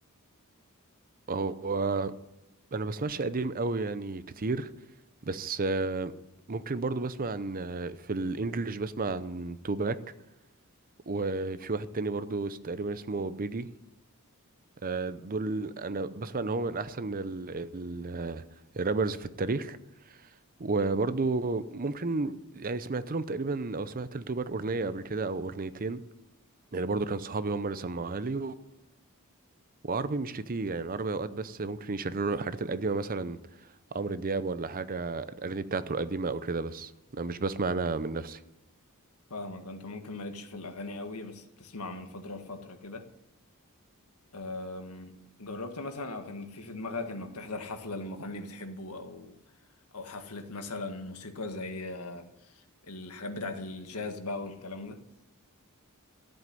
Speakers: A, on the right; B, on the left.
A: هو انا بسمعش قديم قوي يعني كتير بس آه، ممكن برضو بسمع عن آه، في الانجليش بسمع عن توباك وفي واحد تاني برضو اس- تقريبا اسمه بيدي آه، دول انا بسمع ان هو من احسن ال ال آه، الرابرز في التاريخ وبرضو ممكن يعني سمعت لهم تقريبا او سمعت لتوباك اغنية قبل كده او اغنيتين يعني برضو كان صحابي هم اللي سمعوها لي وعربي مش كتير يعني العربي اوقات بس ممكن يشيروا الحاجات القديمه مثلا عمرو دياب ولا حاجه الاغاني بتاعته القديمه او كده بس انا مش بسمع انا من نفسي
B: فاهمك انت ممكن مالكش في الاغاني قوي بس بتسمع من فتره لفتره كده أم، جربت مثلا او كان في في دماغك انك تحضر حفله لمغني بتحبه او او حفله مثلا موسيقى زي آه، الحاجات بتاعه الجاز بقى والكلام ده